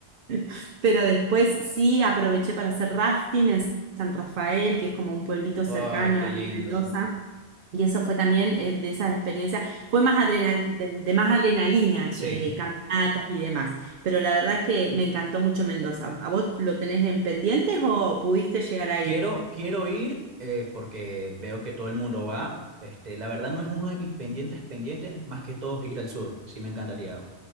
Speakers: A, on the right (about 60°); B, on the right (about 40°).
A: <laughs> Pero después sí aproveché para hacer rafting en San Rafael, que es como un pueblito
B: Ay,
A: cercano
B: qué
A: ahí
B: lindo.
A: en Mendoza. Y eso fue también eh, de esas experiencias, fue más adrenal, de, de más adrenalina
B: Sí.
A: que caminatas y demás. Pero la verdad es que me encantó mucho Mendoza. ¿A vos lo tenés en pendientes o pudiste llegar a
B: Quiero,
A: ir?
B: quiero ir eh, porque veo que todo el mundo va. Este, la verdad no es uno de mis pendientes pendientes, más que todos ir al sur. Sí me encantaría.